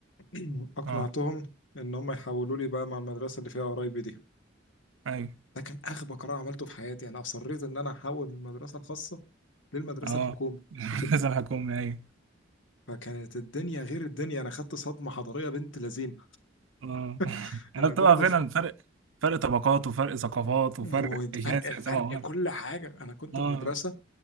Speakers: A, on the left; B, on the right.
A: <clears throat> اقنعتهم
B: اه
A: ان هم يحولوا لي بقى مع المدرسه اللي فيها قرايبي دي
B: ايوه
A: ده كان اغبى قرار عملته في حياتي انا اصريت ان انا احول من المدرسه الخاصه للمدرسه
B: اه
A: الحكومي
B: <laughs>
A: <laughs>
B: المدرسة الحكومية ايوه
A: فكانت الدنيا غير الدنيا انا خدت صدمه حضاريه بنت لذين
B: اه <laughs>
A: <laughs>
B: يعني
A: انا
B: بتبقى
A: كنت
B: فعلا
A: في
B: فرق فرق طبقات وفرق ثقافات
A: وفرق
B: وفرق شاسع
A: فرق
B: سما وارض
A: كل حاجه انا كنت
B: اه
A: في مدرسه